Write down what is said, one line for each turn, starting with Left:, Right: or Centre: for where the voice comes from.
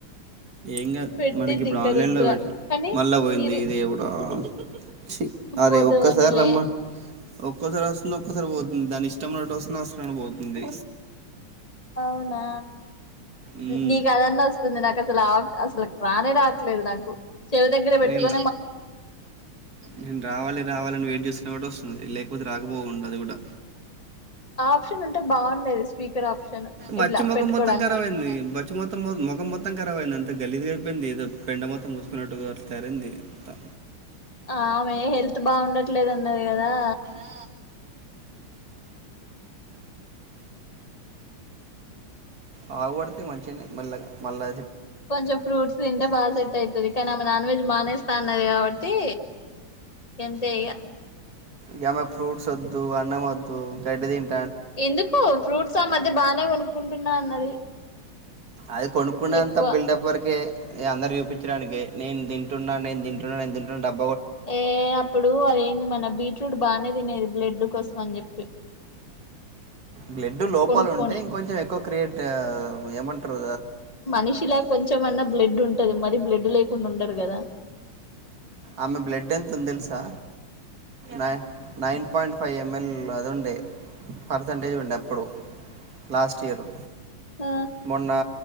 Right: ఏం కాద్
Left: పెట్టింది
Right: మనకి ఇప్పుడు
Left: ఇంకా
Right: ఆన్లైన్
Left: రుద్ర
Right: లో వెట్
Left: కానీ
Right: మళ్ళా పోయింది
Left: ఇరు
Right: ఇది దేవుడా ఛీ అరే
Left: పోదువునీలే
Right: ఒక్కసారి రమ్మను ఒక్కోసారి వస్తుంది ఒక్కోసారి పోతుంది దాని ఇష్టమున్నట్టు వస్తుంది అవసరమైనపుడు పోతుంది
Left: అవునా
Right: ఉమ్,
Left: నీకు అదన్నా వస్తుంది నాకు అసలు అసలు రానే రావట్లేదు నాకు చెవి దగ్గర పెట్టుకొని
Right: నేను నేను రావాలె రావాలని వెయిట్ జేసినప్పుడు వస్ స్తుంది లేకపోతే రాకపోవుండు అది గుడా
Left: అ ఆప్షన్ ఉంటే బాగుండేది స్పీకర్ ఆప్షన్
Right: బచ్చి
Left: ఇట్లా
Right: ముఖం
Left: పెట్టుకోడానికి
Right: మొత్తం ఖరాబ్ అయింది బచ్చి మొత్తం మొ- ముఖం మొత్తం కరాబ్ అయింది అంత గలీజ్ గా అయిపోయింది ఏదో పెండ మొత్తం బూసుకున్నట్టుగా తయరైంది అంతా
Left: ఆమె హెల్త్ బాగుండట్లేదు అన్నది గదా
Right: <unintelligible> ఆవంబపడితే మంచినే మెల్లగ మళ్ళా
Left: కొంచెం ఫ్రూట్స్ తింటే బాగా సెట్ అయితది కానీ ఆమె నాన్ వెజ్ మానేస్తా అన్నది కాబట్టి ఎంతె ఇగ
Right: గమే ఫ్రూట్సొద్దు అన్న మొద్దు గడ్డి దిన్
Left: ఎందుకు ఫ్రూట్స్ ఆ మధ్య బానే కొనుక్కుంటున్నా అన్నది
Right: అది కొనుక్కునె
Left: ఎక్కువ
Right: అంతా బిల్డప్ వరకే ఏ అందరికి జుపిచ్చడానికె నేన్ దింటున్నా నేన్ దింటున్నా నేన్ దింటున్నా డబ్
Left: ఏ అప్పుడు అదేంది మన బీట్రూట్ బానే దినేది బ్లెడ్ కోసం అని జెప్పి
Right: బ్లెడ్డు లోపలుంటే
Left: కొనుక్కొని
Right: ఇంకొంచెం ఎక్కువ క్రియేట్ ఏమంట్రు
Left: మనిషిలా కొంచమన్నా బ్లెడ్డు ఉంటది మరీ బ్లెడ్డు లేకుండా ఉండరు గదా
Right: ఆమె బ్లెడ్ ఎంతుంది తెలుసా నై నైన్ పాయింట్ ఫైవ్ ఎంఎల్ అది ఉండే పర్సంటేజ్ ఉండా అప్పుడు లాస్ట్ ఇయరు
Left: ఆ
Right: మొన్నా